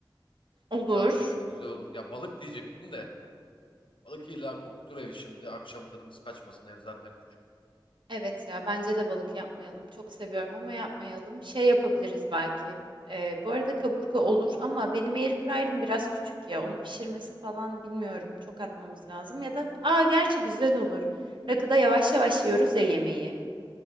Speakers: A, on the right (about 70°); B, on the left (about 85°).
A: Olur.
B: Rakı etle güzel olur. Ya balık diyecektim de. Balık illa kokutur evi şimdi. Akşam tadımız kaçmasın. Ev zaten küçük.
A: Evet ya bence de balık yapmayalım. Çok seviyorum ama yapmayalım. Şey yapabiliriz belki. Ee, bu arada kaburga olur ama benim airfryer'ım biraz küçük ya. Onu pişirmesi falan bilmiyorum. Çok atmamız lazım. Ya da aa gerçi güzel olur. Rakıda yavaş yavaş yiyoruz ya yemeği.